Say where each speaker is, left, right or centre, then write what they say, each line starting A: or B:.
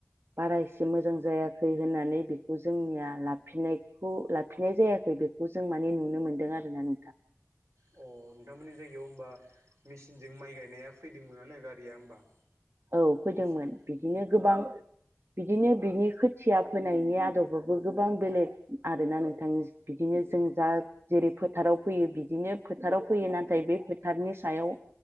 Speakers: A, on the right; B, on the right.
A: बारा एसे मोजां जायाखै होननानै बेखौ जोंनिया लाफिनायखौ लाफिननाय जायाखै बेखौ जों माने नुनो मोन्दों आरोना नोंथां
B: अ नोंथांमोननि जायगायाव होमबा मेसिनजों माइ गायनाया फैदोंमोनानो गारिया होमबा
A: औ फैदोंमोन
B: मेचिना अ
A: बिदिनो गोबां बिदिनो बिनि खोथिया फोनायनि आदबाबो गोबां बेलेग आरोना नोंथांनि बिदिनो बिनो जों जा जेरै फोथाराव फैयो बिदिनो फोथाराव फैयो नाथाय बे फोथारनि सायाव